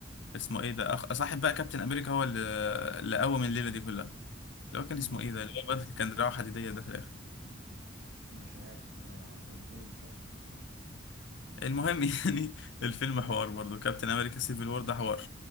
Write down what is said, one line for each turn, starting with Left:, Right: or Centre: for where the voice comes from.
Left: اسمه إيه ده أخ... صاحب بقى كابتن أمريكا هو اللي اللي قوم الليلة دي كلها اللي هو كان
Right: مم.
Left: اسمه إيه ده اللي هو الواد اللي كان دراعه حديدية ده في الآخر
Right: مش عارف انا ما انت اللي تقول مش انا
Left: المهم <laughs> يعني الفيلم حوار برضه كابتن امريكا سيفل وور ده حوار